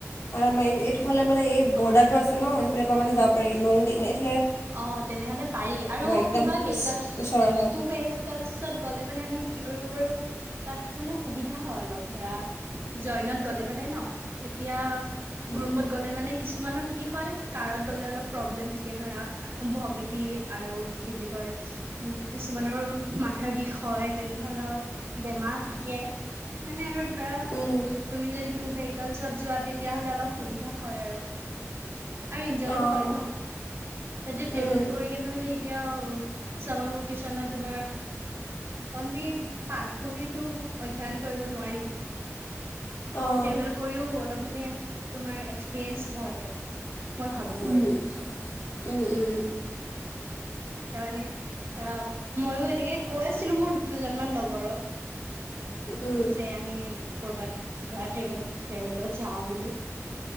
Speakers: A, on the left; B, on the right.
A: আ আমাৰ এইটো ইফালে মানে এই বৰ্ডাৰটো
B: অ
A: আছে ন সিফালৰ পৰা মানে যাব পাৰি লং <unintelligible>
B: অ তেনেহ'লে পাৰি আৰু
A: একদম
B: কি হয় ভেহিকেলছ
A: ওচৰৰ হয়
B: টু ভেহিকেলছত গ'লে মানে আমি কি কৰিব পাৰো তাত মানে সুবিধা হয় অলপ ধৰা। জইনত গ'লে মানে ন তেতিয়া
A: উম,
B: গ্ৰুপত গ'লে মানে কিছুমানৰ কি হয় কাৰত গ'লে অলপ প্ৰব্লেম থাকে ধৰা ভমিতিং আৰু কি বুলি কয় উম কিছুমানৰ মাথাৰ বিষ হয় তেনে ধৰণৰ বেমাৰ থাকে সেইকাৰনে আৰু ধৰা
A: উম,
B: তুমি যদি টু ভেহিকেলছত যোৱা তেতিয়াহ'লে অলপ সুবিধা হয় আৰু। আৰু এন্জয়ও
A: অ',
B: হয় ন। তাতে ট্ৰেভেল
A: উম,
B: কৰি কেনে মানে এতিয়াও চামাৰ ভেকেচনছ তোমাৰ অনলি পাত পহিটো অধ্যয়ন কৰিব নোৱাৰি,
A: অ',
B: ট্ৰেভেল কৰিও অলপ মানে তোমাৰ এক্সপিৰিয়েঞ্চ হয়। মই ভাবো
A: উম,
B: আৰু।
A: উম, উম,
B: তাৰ মানে ধৰা মইও এনেকে কৈ আছিলো মোৰ দুজনমান লগৰক
A: উম,
B: যে আমি কৰ'বাত ধৰা ট্ৰেভেল ট্ৰেভেলত যাও বুলি,